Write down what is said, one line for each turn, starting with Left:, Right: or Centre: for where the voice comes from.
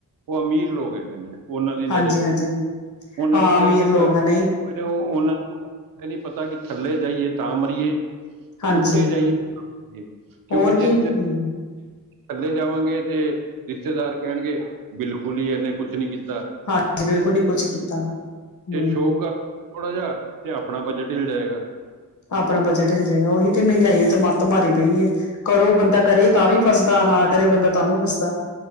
Right: ਉਹ, ਅਮੀਰ ਲੋਕ ਹੈਗੇ ਨੇ, ਉਹਨਾਂ ਦੀ
Left: ਹਾਂਜੀ-ਹਾਂਜੀ
Right: ਨਜ਼ਰ ਚ ਉਹਨਾਂ
Left: ਹਾਂ
Right: ਨੂੰ,
Left: ਅਮੀਰ
Right: ਇਹ ਨੀ ਪਰ,
Left: ਲੋਕ ਆ ਨਹੀਂ
Right: ਉਹ ਉਹਨਾਂ ਨੂੰ ਇਹ ਨਹੀਂਪਤਾ ਕਿ, ਥੱਲੇ ਜਾਈਏ ਤਾਂ ਮਰੀਏ
Left: ਹਾਂਜੀ-ਹਾਂਜੀ
Right: ਉੱਤੇ ਜਾਈਏਏ, ਤਾ ਮਰਿਈਏ ਕਿਉਂਕਿ
Left: ਹੋਰ
Right: ਜੇ
Left: ਕੀ ਹੂੰ
Right: ਥੱਲੇ ਜਾਵਾਂਗੇ, ਤੇ ਰਿਸ਼ਤੇਦਾਰ ਕਹਿਣਗੇ ਬਿਲਕੁਲ, ਹੀ ਇਨੇ ਕੁਛ ਨੀ ਕੀਤਾ
Left: ਹਾਂਜੀ, ਬਿਲਕੁਲ ਨੀ ਕੁੱਛ ਕੀਤਾ।
Right: ਤੇ
Left: ਹੂੰ।
Right: ਸ਼ੋਕ ਥੋੜਾ ਜਿਹਾ, ਤੇ ਆਪਣਾ ਬਜਟ ਹਿਲ ਜਾਏਗਾ!
Left: ਆਪਣਾ, ਬਜਟ ਹਿਲ ਜਾਏਗਾ, ਉਹੀ ਤੇ ਮਹਿੰਗਾਈਏ ਤੇ, ਮੱਤ ਮਾਰੀ ਪਈ ਏ, ਕਰੋ ਬੰਦਾ ਕਰੇ ਤਾਂ ਵੀ ਫਸਦਾ, ਨਾ ਕਰੇ ਬੰਦਾ ਤਾਂ ਵੀ ਫਸਦਾ।